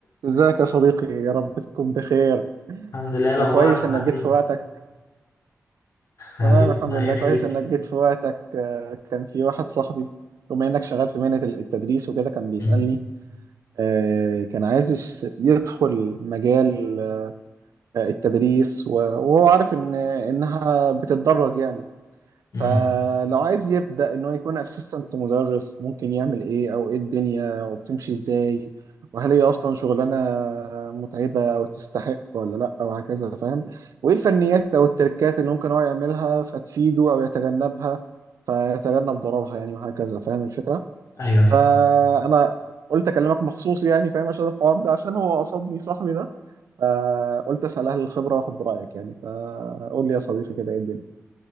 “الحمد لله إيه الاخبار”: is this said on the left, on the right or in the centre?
Left